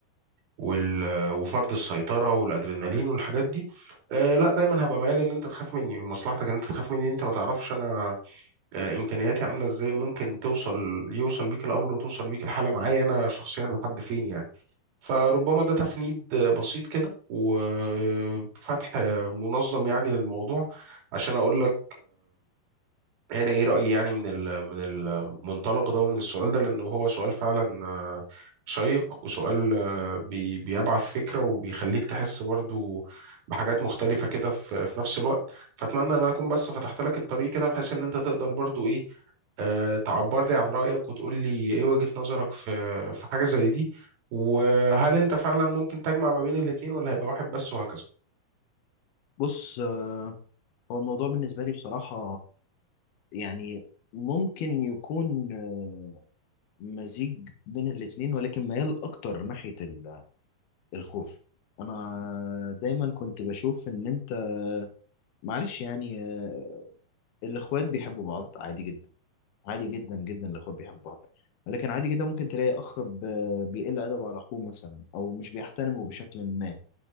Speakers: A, on the right; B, on the left.
A: وال وفرض السيطره والادرينالين والحاجات دي آه، لا دايما هبقى ميال ان انت تخاف مني مصلحتك ان انت تخاف مني انت ما تعرفش انا آه، امكانياتي عامله ازاي وممكن توصل يوصل بيك الامر وتوصل بيك الحاله معايا انا شخصيا لحد فين يعني فربما ده تفنيد بسيط كده وفتح منظم يعني للموضوع عشان أقول لك انا ايه رايي يعني من ال- من المنطلق ده ومن السؤال ده لانه هو سؤال فعلا آه، شيق وسؤال آه، بي- بيبعث فكره وبيخليك تحس برضو بحاجات مختلفه كده في في نفس الوقت فاتمنى ان انا اكون بس فتحت لك الطريق كده بحيث ان انت تقدر برضو ايه آه، تعبر لي عن رايك وتقول لي ايه وجهه نظرك في في حاجه زي دي وهل انت فعلا ممكن تجمع ما بين الاتنين ولا هيبقى واحد بس وهكذا
B: بص آه، هو الموضوع بالنسبة لي بصراحة يعني ممكن يكون آه، مزيج بين الاتنين ولكن ميال أكتر ناحية ال- الخوف أنا دايما كنت بشوف إن أنت آه، معلش يعني آه، الإخوات بيحبوا بعض عادي جدا عادي جدا جدا الإخوات بيحبوا بعض ولكن عادي جدا ممكن تلاقي أخ ب- بيقل أدبه على أخوه مثلا أو مش بيحترمه بشكل ما